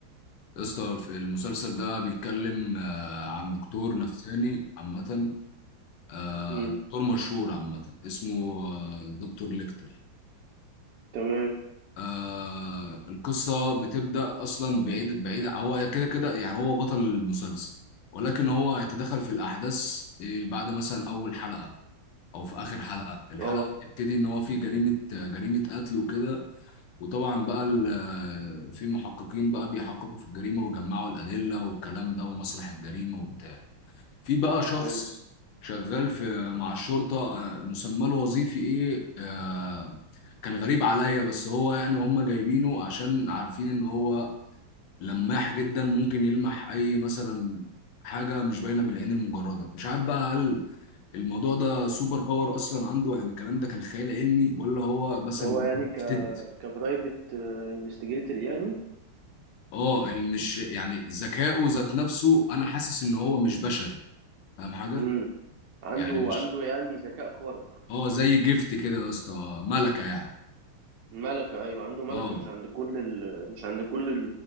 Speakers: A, on the left (about 80°); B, on the right (about 70°).
A: يا اسطى الف- المسلسل ده بيتكلم آه عن دكتور نفساني عامة آه
B: مم.
A: دكتور مشهور عامة اسمه آه دكتور ليكتر
B: تمام
A: آه القصة بتبدأ أصلا بعيد بعيد هو كده كده يعني هو بطل المسلسل ولكن هو هيتدخل في الأحداث آه، بعد مثلا أول حلقة او في اخر حلقه الحلقه
B: اه
A: بتبتدي ان هو في جريمه جريمه قتل وكده وطبعا بقى ال- في محققين بقى بيحققوا في الجريمه ويجمعوا الادله والكلام ده ومسرح الجريمه وبتاع في بقى شخص
B: حلو
A: شغال في مع الشرطه آه، مسمى له وظيفي ايه آه، كان غريب عليا بس هو يعني هم جايبينه عشان عارفين ان هو لماح جدا ممكن يلمح اي مثلا حاجه مش باينه بالعين المجرده مش عارف بقى هل الموضوع ده سوبر باور اصلا عنده يعني الكلام ده كان خيال علمي ولا هو مثلا
B: هو يعني ك
A: تد
B: كبرايفت انفستيجيتور يعني
A: اه ال- مش يعني ذكائه ذات نفسه انا حاسس ان هو مش بشري فاهم
B: <coughs>
A: حاجه
B: <clears throat> عنده
A: يعني مش
B: عنده يعني ذكاء خارق
A: اه زي جيفت كده يا اسطى ملكه يعني
B: ملكة أيوة عنده ملكة
A: اه
B: مش عند كل ال... مش عند كل